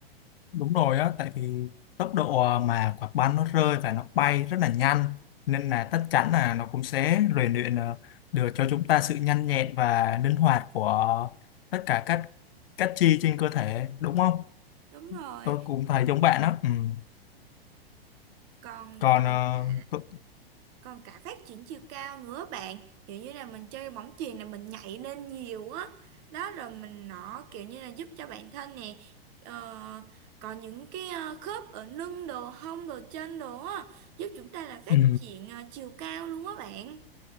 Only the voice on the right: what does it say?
Đúng rồi,
còn
còn
cả
còn cả phát triển chiều cao nữa bạn kiểu như là mình chơi bóng chuyền là mình nhảy lên nhiều á đó rồi mình nó kiểu như là giúp cho bản thân nè ờ, có những cái ờ, khớp ở lưng đồ hông đồ chân đồ á giúp chúng ta là phát
triển ờ, chiều cao luôn á bạn